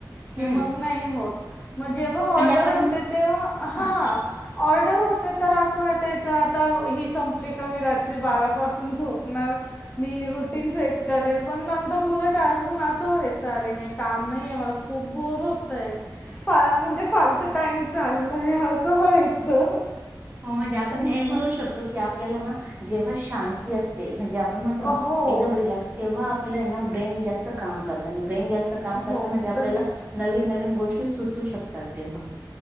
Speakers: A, on the left; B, on the right.
A: कि
B: हम्म
A: मग नाही होत. मग जेव्हा
B: म्हणजे
A: ऑर्डर
B: आपण
A: होते तेव्हा हा
B: ह
A: ऑर्डर हो ते तर अस वाटायच आता ही संपली का मी रात्री बारा पासून झोणार मी रुटीन सेट करेल पण नंतर उलट अजून असं व्हायेच आरे नाही काम नाहीय मला खूप बोर होतय फा म्हणजे फाल फक्त टाइम चाललाय असं व्हायचं
B: हो म्हणजे आपण हे म्हणू शकतो की आपल्याला ना जेव्हा शांती असते म्हणजे आपण म्हणतो
A: हो
B: ना एकदम रिलॅक्स तेव्हा आपल्याना ब्रेन जास्त काम करतय आणि ब्रेन जास्त अस काम करत
A: हो
B: म्हणजे आपल्याला नवीन नवीन गोष्टी सुचू शकतात तेव पण